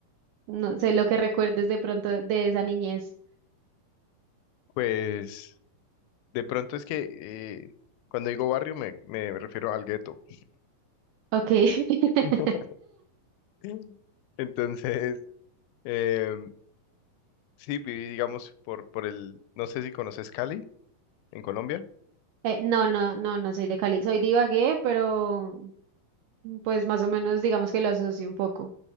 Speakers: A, on the right; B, on the left.
A: no sé, lo que recuerdes de pronto de esa niñez.
B: pues de pronto es que eh, cuando digo barrio me, me refiero al gueto.
A: Ok. <laughs>
B: <laughs> <laughs> Entonces, em, sí, viví, digamos, por, por el, no sé si conoces Cali, en Colombia.
A: Eh, no, no, no, no soy de Cali. Soy de Ibagué, pero pues más o menos digamos que lo asocio un poco.